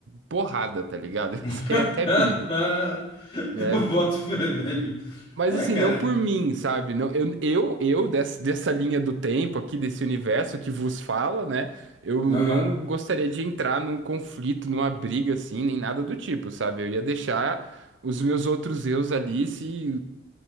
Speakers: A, on the right; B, on the left.
A: porrada, tá ligado?
B: <laughs>
A: <laughs> Ia sair até briga, né?
B: Eu boto fé, <laughs> velho.
A: Mas
B: É,
A: assim,
B: cara.
A: não por mim, sabe? Não, eu, eu, eu dessa, dessa linha do tempo aqui, desse universo que vos fala, né? Eu
B: Aham.
A: não gostaria de entrar num conflito, numa briga assim, nem nada do tipo, sabe? Eu ia deixar os meus outros eus ali se